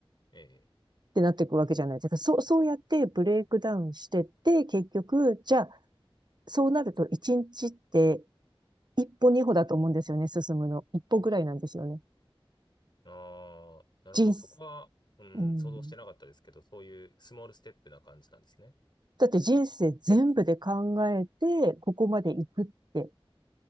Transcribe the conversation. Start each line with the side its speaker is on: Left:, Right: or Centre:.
Left: ええ。
Right: ってなっていくわけじゃないですか。そう、そうやってブレイクダウンしてって、結局、じゃあ、そうなると1日って一歩二歩だと思うんですよね、進むの。一歩ぐらいなんですよね。
Left: ああ、なるほど。
Right: 人生、
Left: そこは、うん、
Right: うん。
Left: 想像してなかったですけど、そういうスモールステップな感じなんですね。
Right: だって人生全部で考えて、ここまで行くって